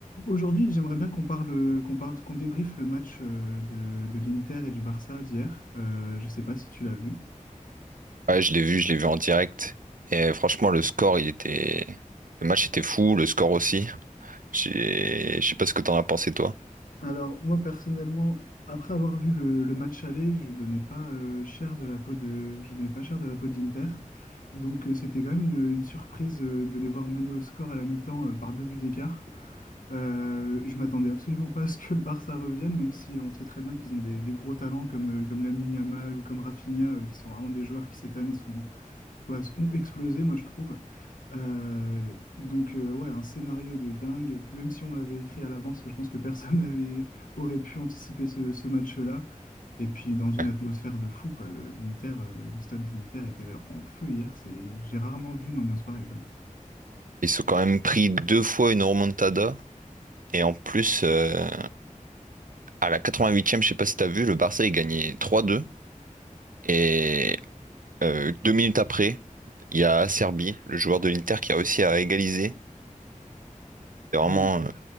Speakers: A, on the left; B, on the right.
A: Aujourd'hui, j'aimerais bien qu'on parle, qu'on parle, qu'on débriefe le match euh, de, de l'Inter et du Barça d'hier. Euh, je ne sais pas si tu l'as vu.
B: Ouais, je l'ai vu, je l'ai vu en direct. Et franchement, le score, il était. Le match était fou, le score aussi. J'ai- Je sais pas ce que t'en as pensé, toi.
A: Alors, moi, personnellement, après avoir vu le, le match aller, je donnais pas euh, cher de la peau de, je donnais pas cher de la peau de l'Inter. Donc, euh, c'était quand même une, une surprise euh, de les voir mener au score à la mi-temps euh, par deux buts d'écart. Euh, je m'attendais absolument pas à ce que le Barça revienne, même si on sait très bien qu'ils ont des, des gros talents comme, euh, comme Lamine Yamal ou comme Rafinha, euh, qui sont vraiment des joueurs qui cette année sont bah, ont explosé, moi, je trouve. Euh, donc, euh, ouais, un scénario de dingue. Même si on l'avait écrit à l'avance, je pense que personne <laughs> n'avait aurait pu anticiper ce, ce match-là. Et puis, dans une
B: Ouais.
A: atmosphère de fou, quoi. Le, l'Inter, euh, le stade de l'Inter était en feu hier. C'est, j'ai rarement vu une ambiance pareille, quoi.
B: Ils sont quand même pris deux fois une remontada. Et en plus, euh, à la 88e, je sais pas si t'as vu, le Barça, il gagnait 3-2. Et euh, deux minutes après, il y a Serbie, le joueur de l'Inter, qui a réussi à égaliser. C'est vraiment
A: Ah, mais
B: euh,